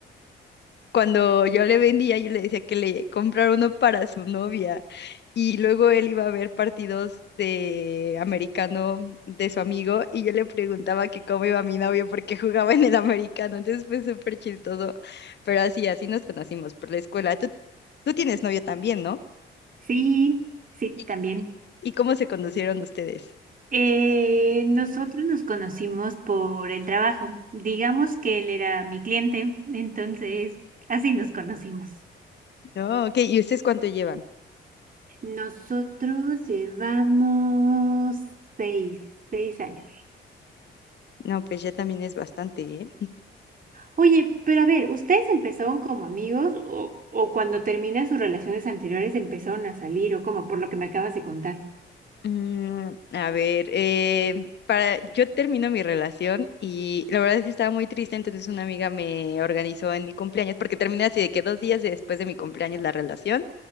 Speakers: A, on the left; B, on the right.
A: cuando yo le vendía, yo le decía que le comprara uno para su novia. Y luego él iba a ver partidos de americano de su amigo y yo le preguntaba que cómo iba mi novio porque jugaba en el americano. Entonces fue súper chistoso. Pero así, así nos conocimos por la escuela. Tú, tú tienes novio también, ¿no?
B: Sí, sí,
A: ¿Y,
B: también.
A: y cómo se conocieron ustedes?
B: Eh, nosotros nos conocimos por el trabajo. Digamos que él era mi cliente, entonces así nos conocimos.
A: No, ok. ¿Y ustedes cuánto llevan?
B: Nosotros llevamos seis, seis años.
A: No, pues ya también es bastante, ¿eh?
B: Oye, pero a ver, ¿ustedes empezaron como amigos o, o cuando terminan sus relaciones anteriores empezaron a salir o como por lo que me acabas de contar?
A: Mm, a ver, eh, para, yo termino mi relación y la verdad es que estaba muy triste, entonces una amiga me organizó en mi cumpleaños, porque terminé así de que dos días después de mi cumpleaños la relación,